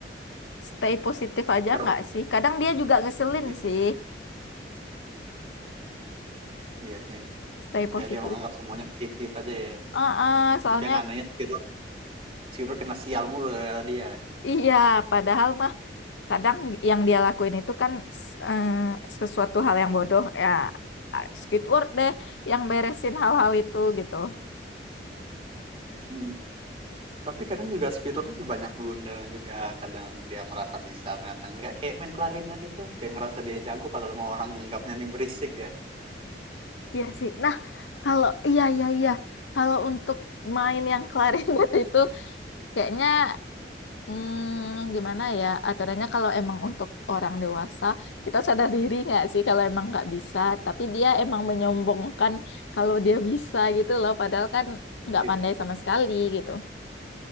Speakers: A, on the left (about 85°); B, on the right (about 30°).
A: stay positif aja
B: Karena
A: nggak sih kadang dia juga ngeselin
B: iya
A: sih
B: iya sih.
A: stay positif
B: Ya dia menganggap semuanya positif aja ya.
A: Eh, eh, soalnya
B: Tapi yang anehnya Squidward Squidward kena sial mulu gara-gara dia.
A: iya padahal mah kadang yang dia lakuin itu kan s- eh, sesuatu hal yang bodoh ya Squidward deh yang beresin hal-hal itu gitu
B: Hmm. Tapi kadang juga Squidward itu banyak blunder juga. Kadang dia merasa bisa, ternyata enggak. Kayak main klarinet itu, dia ngerasa dia jago padahal semua orang nganggapnya nih berisik ya.
A: Iya sih. Nah, kalau iya iya iya, kalau untuk main yang klarinet <laughs> itu kayaknya hmm, gimana ya aturannya kalau emang untuk orang dewasa kita sadar diri nggak sih kalau emang nggak bisa, tapi dia emang menyombongkan kalau dia bisa gitu loh, padahal kan nggak
B: Itu
A: pandai sama sekali gitu.